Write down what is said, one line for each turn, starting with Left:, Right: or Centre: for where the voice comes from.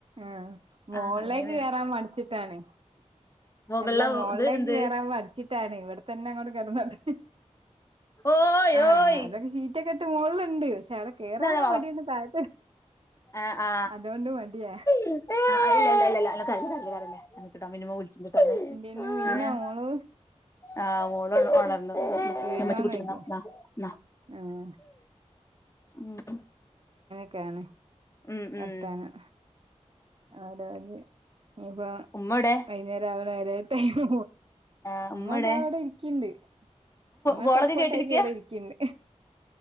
Right: ആഹ മോളിലേക്ക്
Left: ആ അങ്ങനെയാണ്
Right: കേയറാൻ മടിച്ചിട്ടാണ്
Left: മുകളില
Right: അല്ല മോുകളളിലേക്ക്
Left: ഇത് എന്ത്
Right: കേയറാൻ്പോ പഠിച്ചിട്ടാണ് ഇവിടെത്തന്നെ അങ്ങോട്ട കിറന്നോട്ടെ
Left: ഓയ്
Right: ആഹ്
Left: ഓയ്
Right: അതൊക്കെ ീറ്റൊക്കെ ഇട്ട് മുകളിലുണ്ട് പക്ഷെ അവിടെ കേറാാനുള്ളാ
Left: ഇന്നാ വാ
Right: മടിയണ്ട്
Left: വാ
Right: താഴത്ത്
Left: ആ ആ
Right: അതുകൊണ്ട് മടിയാ
Left: ഇല്ലല്ല ഇല്ലല്ല ഒ പറഞ്ഞ പറഞ്ഞി പറഞ്ഞ എനക്ക്ട്ടോ മിനിമോ വിളിച്ചിട്ടോ
Right: എന്തേനു വീണോ
Left: അ
Right: മോള്
Left: ആ മോള ഓണരുന്നു
Right: വീണോന്ന്
Left: നമ്മച്ച കുുട്ടിന്ന
Right: ചോയിക്കാ
Left: എന്ന
Right: ആഹ്
Left: ഉം
Right: ക്കാണ്
Left: ഉം
Right: വർത്തനം
Left: ഉം
Right: ആര അത് ഇയിപ്പ
Left: ഉമ്മ എവ്ടെ
Right: വൈകുന്നേരം ആാവണെ അവരെ ൈ പോ
Left: ആഹ്
Right: ഉമ്മ
Left: എവ്ടെ
Right: അത അവിടെ ഇരിക്കിണ്ട് ഉമ്മ
Left: കോളൊക്കെ
Right: സപ്പോർട്ടായിട്ട്
Left: കേട്ടിരിക്കയാ
Right: ഇവിടെ ഇരിക്കണ്ട്